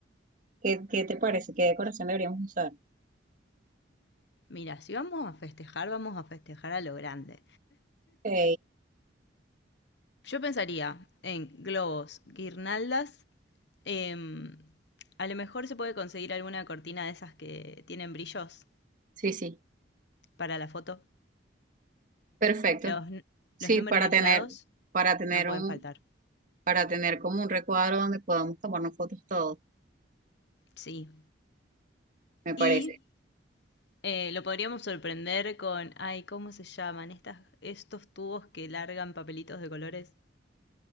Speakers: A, on the right (about 45°); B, on the left (about 65°).
A: ¿Qué, qué te parece? ¿Qué decoración deberíamos usar?
B: Mira, si vamos a festejar, vamos a festejar a lo grande.
A: Ok,
B: Yo pensaría en globos, guirnaldas, em, a lo mejor se puede conseguir alguna cortina de esas que tienen brillos
A: Sí, sí,
B: para la foto.
A: perfecto.
B: Los, n-
A: Sí,
B: los números
A: para
B: inflados
A: tener, para tener
B: no pueden
A: un,
B: faltar.
A: para tener como un recuadro donde podamos tomarnos fotos todos,
B: Sí.
A: me parece.
B: Y eh, lo podríamos sorprender con, ay, ¿cómo se llaman? Estas, estos tubos que largan papelitos de colores.